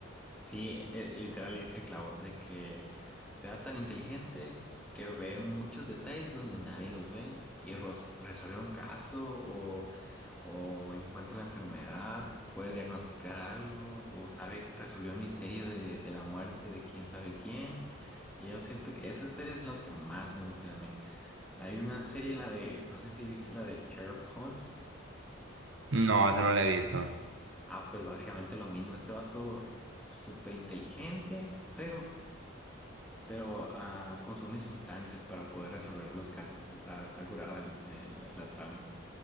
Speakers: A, in the centre; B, on the right.
A: Sí, eh, literal le dice el clavo de que sea tan inteligente que ve muchos detalles donde nadie los ve y ros- resuelve un caso o, o encuentra la enfermedad, puede diagnosticar algo o sabe que resolvió el misterio de, de la muerte de quién sabe quién. Y yo siento que esas series son las que más me gustan a mí. Hay una serie, la de, no sé si viste la de Sherlock Holmes.
B: No, eso no lo he visto.
A: Ah, pues básicamente lo mismo. Este vato súper inteligente, pero pero ah, consume sustancias para poder resolver los casos. Está, está curada el- el- la, trama.